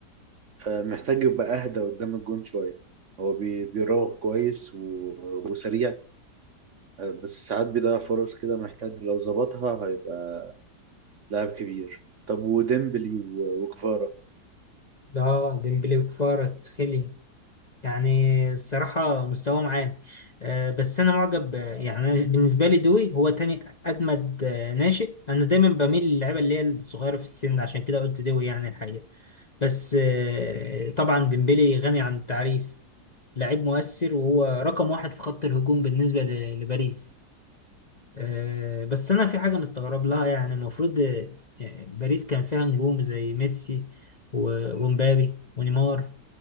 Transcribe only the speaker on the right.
آه محتاج يبقى اهدى قدام الجون شوية هو بي- بيراوغ كويس و- وسريع آه بس ساعات بيضيع فرص كده محتاج لو ظبطها هيبقى لاعب كبير طب وديمبلي و- وكفارا